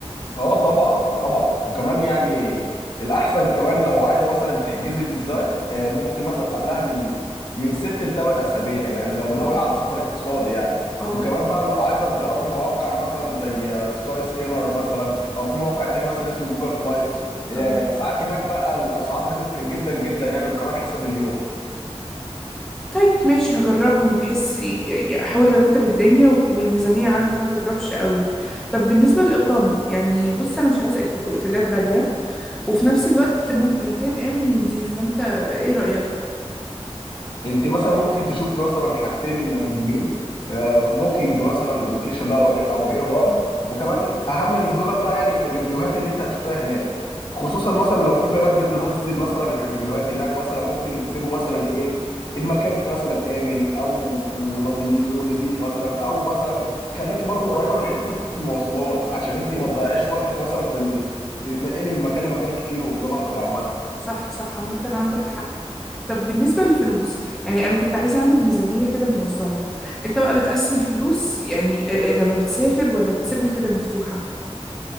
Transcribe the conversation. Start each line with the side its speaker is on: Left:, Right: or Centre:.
Left: اه طبعا طبعا وكمان يعني الاحسن كمان لو عايزه مثلا تحجزي بالذات آه، ممكن مثلا قبلها من من ست لثمان اسابيع يعني لو ناوي
Centre: اه
Left: على سفر اقتصادي يعني
Centre: اه
Left: وكمان بقى لو عايزه تجربي مواقع مثلا زي آه، سكاي سكينر مثلا او في موقع تاني مثلا اسمه جوجل فلايتس آه،
Centre: اه
Left: ساعات هناك بقى الاسعار بتفرق جدا جدا يعني وكمان حسب اليوم
Centre: طيب ماشي هجربهم بحس يبقى- احاول ارتب الدنيا والميزانية عندي ما تضربش قوي طب بالنسبة للإقامة يعني بص انا مش عايزة أوت- اوتيلات غالية وفي نفس الوقت مم- مكان آمن ونضيف فانت ايه رأيك
Left: انت مثلا ممكن تشوفي مثلا حاجتين مهمين بوكينج مثلا الابلكيشن ده او او
Centre: اه
Left: اير بام وكمان
Centre: آه.
Left: اهم من دولت بقى يعني الريفيوهات اللي انت هتشوفها هناك خصوصا
Centre: اه
Left: مثلا لو في بنات بتنزل مثلا الريفيوهات هناك مثلا ممكن يكتبوا مثلا ايه المكان مثلا امن او نظيف نضيف مثلا او مثلا خليكي برضو قريبه من حته المواصلات عشان انت
Centre: طيب
Left: ما تضيعيش وقتك مثلا في ال... تتنقلي من مكان لمكان كتير والتنقل عامه
Centre: صح صح عامة عندك حق طب بالنسبة للفلوس يعني أنا كنت عايزة أعمل ميزانية كده منظمة أنت بقى بتقسم الفلوس يعني آه، آه، لما بتسافر ولا بتسيبها كده مفتوحة؟